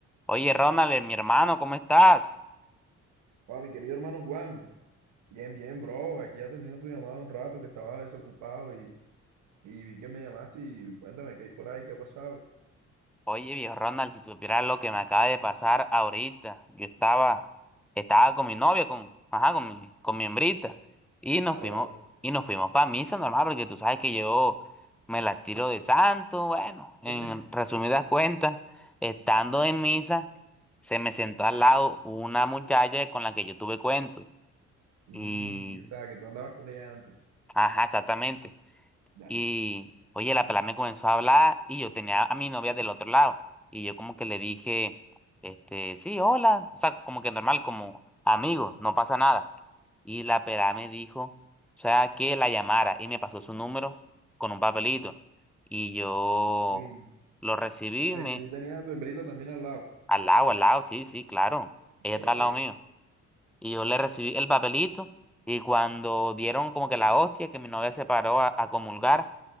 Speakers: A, in the centre; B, on the right.
A: Oye, Ronald, eh, mi hermano, ¿cómo estás?
B: Hola, mi querido hermano Juan. Bien, bien, bro. Aquí atendiendo tu llamada un rato que estaba desocupado y, y vi que me llamaste y cuéntame qué hay por ahí, qué ha pasado.
A: Oye, viejo Ronald, si supieras lo que me acaba de pasar ahorita. Yo estaba, estaba con mi novia, con, ajá, con mi, con mi hembrita, y nos
B: Bárbaro.
A: fuimos, y nos fuimos para misa normal, porque tú sabes que yo me la tiro de santo, bueno, en
B: <laughs>
A: resumidas cuentas, estando en misa, se me sentó al lado una muchacha con la que yo tuve cuento.
B: Y,
A: Y,
B: o sea, que tú andabas con ella antes.
A: ajá, exactamente.
B: Dale.
A: Y, oye, la pelada me comenzó a hablar y yo tenía a mi novia del otro lado. Y yo como que le dije, este, sí, hola. O sea, como que normal, como amigo, no pasa nada. Y la pelada me dijo, o sea, que la llamara y me pasó su número con un papelito. Y yo
B: Uy.
A: lo recibí,
B: O sea,
A: me,
B: y tú tenías a tu hembrita también al lado.
A: al lado, al lado, sí, sí, claro.
B: Ok,
A: Ella está al
B: ok.
A: lado mío. Y yo le recibí el papelito y cuando dieron como que la hostia que mi novia se paró a a comulgar.